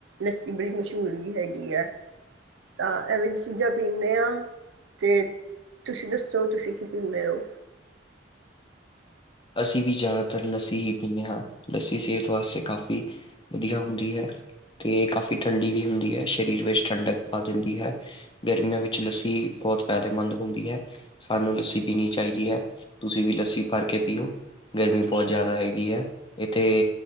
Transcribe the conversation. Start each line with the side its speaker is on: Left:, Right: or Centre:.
Right: ਲੱਸੀ ਬੜੀ ਮਸ਼ਹੂਰ ਵੀ ਹੈਗੀ ਠੀਕ ਹੈ ਤਾਂ ਐਵੇਂ ਚ ਚੀਜ਼ਾਂ ਪੀਂਦੇ ਆ ਤੇ ਤੁਸੀਂ ਦੱਸੋ ਤੁਸੀਂ ਕੀ ਪੀਂਦੇ ਹੋ
Left: ਅਸੀਂ ਵੀ ਜ਼ਿਆਦਾਤਰ ਲੱਸੀ ਹੀ ਪੀਂਦੇ ਹਾਂ ਲੱਸੀ ਸਿਹਤ ਵਾਸਤੇ ਕਾਫ਼ੀ ਵਧੀਆ ਹੁੰਦੀ ਹੈ ਤੇ ਕਾਫ਼ੀ ਠੰਡੀ ਵੀ ਹੁੰਦੀ ਹੈ ਸਰੀਰ ਵਿੱਚ ਠੰਡਕ ਪਾ ਦਿੰਦੀ ਹੈ ਗਰਮੀਆਂ ਵਿੱਚ ਲੱਸੀ ਬਹੁਤ ਫਾਇਦੇਮੰਦ ਹੁੰਦੀ ਹੈ ਸਾਨੂੰ ਲੱਸੀ ਪੀਣੀ ਚਾਹੀਦੀ ਹੈ ਤੁਸੀਂ ਵੀ ਲੱਸੀ ਭਰ ਕੇ ਪੀਓ ਗਰਮੀ ਬਹੁਤ ਜ਼ਿਆਦਾ ਹੈਗੀ ਹੈ ਇਥੇ